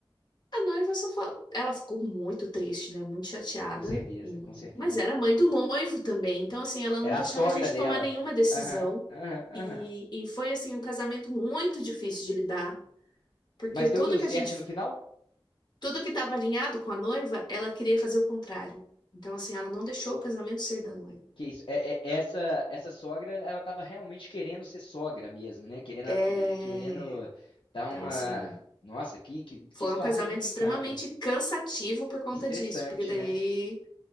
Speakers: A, on the left; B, on the left.
A: a noiva só falou. Ela ficou muito triste, né, muito chateada.
B: Com certeza,
A: E-
B: com certeza.
A: Mas era mãe do noivo também, então assim, ela não
B: Era
A: deixava
B: a sogra
A: a gente
B: dela.
A: tomar nenhuma decisão.
B: Aham, aham, aham.
A: E, e foi assim um casamento muito difícil de lidar, porque
B: Mas
A: tudo
B: deu tudo
A: que
B: certo
A: a gente
B: no final?
A: Tudo que estava alinhado com a noiva, ela queria fazer o contrário. Então, assim, ela não deixou o casamento ser da noiva.
B: Que isso? É, é- essa essa sogra, ela estava realmente querendo ser sogra mesmo, né? Querendo
A: É.
B: a- querendo dar
A: Então,
B: uma
A: assim,
B: Nossa, que que,
A: foi
B: que situação
A: um casamento
B: complicada,
A: extremamente cansativo por conta
B: estressante,
A: disso, porque daí
B: né?